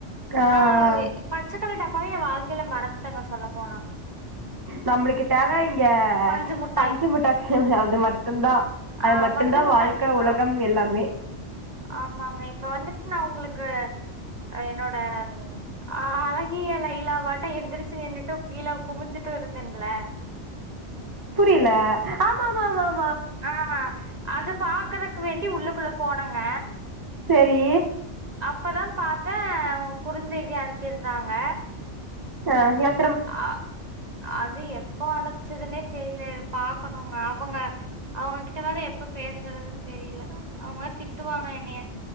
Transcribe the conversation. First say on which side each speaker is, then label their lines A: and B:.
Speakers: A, on the right (about 20°); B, on the right (about 35°).
A: ஆ
B: நான்
A: ஆ
B: பச்சக்கள டா- பவே எ வாழ்க்கையில மறந்துட்டங்க சொல்ல போனா
A: நம்பளுக்கு தேவ இங்க
B: பஞ்சு மிட்டாய்
A: பஞ்சு முட்டா அது மட்டும்தா அது
B: ஆ
A: மட்டும்தா
B: பஞ்சு மிட்டாய்
A: வாழ்க்க உலகம்
B: ஆம்,
A: எல்லாமே
B: ஆமாங்க இப்ப வந்துட்டு நா உங்களுக்கு ஹ என்னோட அஹ அழகிய லைலா வாட்ட எந்திரிச்சு நின்னுட்டு கீழே குமிஞ்சுட்டு இருந்தன்ல
A: புரியல ஆமா ஆமா ஆமா ஆ
B: ஆஹ் அது பாக்குறக்கு வேண்டி உள்ளுக்குள்ள போனங்க
A: செரி
B: இப்பதா பாரத்த குறுஞ்செய்தி அனுப்பியிருந்தாங்க
A: ஆஹ் எப்
B: அஹ அது யெபோ அனுப் ச்சதுன்னே தெரியல பாக்கணுங்க அவங்க அவங்ககிட்ட வேற எப்ப பேசுறதுன்னு தெரியல அவங்க வேர திட்டுவாங்க என்னைய